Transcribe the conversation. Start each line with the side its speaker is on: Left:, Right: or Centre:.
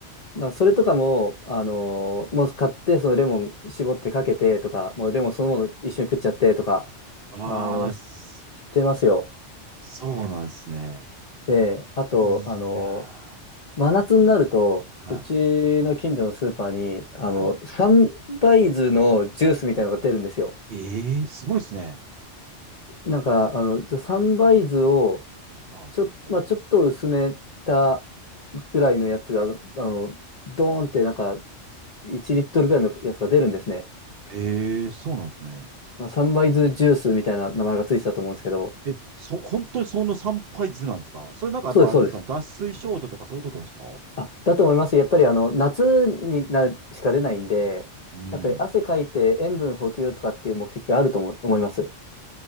Left: なんかそれとかも、あのーもう買って、そのレモン絞ってかけてとか、もうレモンそのもの一緒に食っちゃってとか、
Right: ああ、
Left: あの、し
Right: そ
Left: してますよ。
Right: そうなんですね。
Left: で、あと、
Right: いやー。
Left: あのー真夏になると、
Right: はい。
Left: うちの近所のスーパーに、あの、
Right: は
Left: サンバイズのジュースみたいなのが出るんですよ。
Right: い。ええすごいですね。
Left: なんか、あの、サンバイズを、
Right: は
Left: ちょ、まあ、ちょっと薄めたぐらいのやつが、あの、ドーンってなんか1リットルぐらいのやつが出るんですね。
Right: い。ええそうなんですね。
Left: あサンバイズジュースみたいな名前がついてたと思うんですけど、
Right: え、そ、本当にその参拝図なんですかそれなんかやっぱあれですかね、
Left: そうです、そうです。
Right: 脱水症状とかそういうことですか
Left: あ、だと思います。やっぱりあの、夏になるしか出ないんで、
Right: うん。
Left: やっぱり汗かいて塩分補給とかっていう目的があると思、思います。